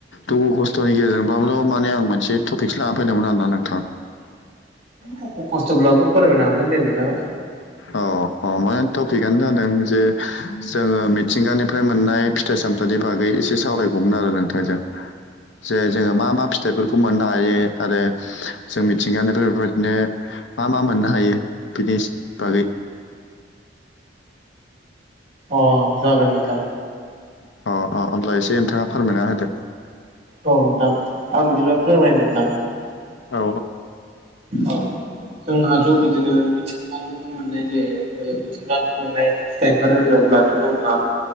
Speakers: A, on the left; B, on the right.
A: दुखु खस्थ'नि गेजेरजोंबाबल' माने आं मोनसे थपिकस लाना फैदोंमोन आरोना नोंथां।
B: दुखु खस्थ'ब्लाबो फोरमायनो हागोन दे नोंथाङा।
A: औ अ माने टपिकआनो जादों जे जोङो मिथिंगानिफ्राय मोननाय फिथाइ सामथाइनि बागै एसे सावरायगौमोन आरो नोंथांजों। जे जोङो मा मा फिथाइफोरखौ मोननो हायो आरो जों मिथिंगानिफ्राय बेफोर बादनो मा मा मोननो हायो बिनिस बागै
B: अ जागोन नोंथां।
A: अ अ ओमब्ला एसे ओनथाङा फोरमायना होदो।
B: अ नोंथां आं बिदिब्ला फोरमायनो नोंथां।
A: औ
B: औ जोंहाथ' बिदिनो मिथिंगानि फ्राय मोननाय जे मिथिंगानिफ्राय मोननाय फिथाइफोर होनोब्लाथ' जोंहा